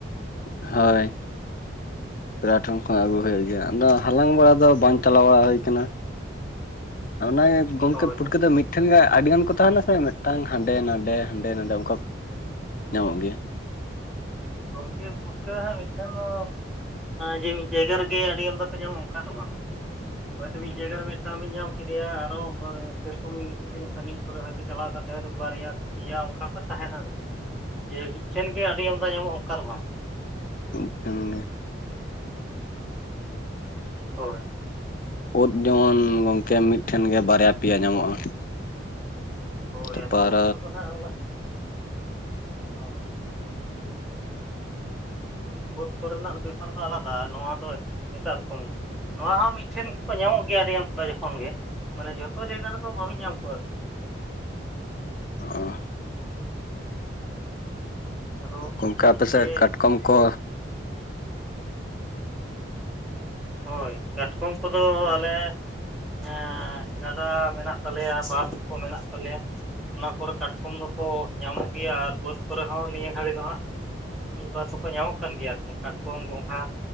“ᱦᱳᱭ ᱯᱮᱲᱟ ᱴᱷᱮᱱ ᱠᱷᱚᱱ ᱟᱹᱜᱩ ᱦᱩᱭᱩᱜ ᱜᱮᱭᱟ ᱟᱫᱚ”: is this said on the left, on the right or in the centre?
Left